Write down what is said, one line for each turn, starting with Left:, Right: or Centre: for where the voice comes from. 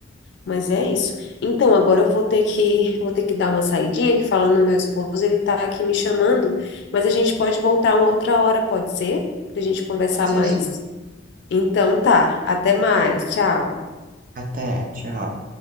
Left: Mas é isso. Então, agora eu vou ter que vou ter que dar uma saidinha, que falando no meu esposo, ele tá aqui me chamando, mas a gente pode voltar uma outra hora, pode ser? Pra gente conversar
Right: Pode ser
Left: mais.
Right: sim.
Left: Então tá, até mais. Tchau.
Right: Até, tchau.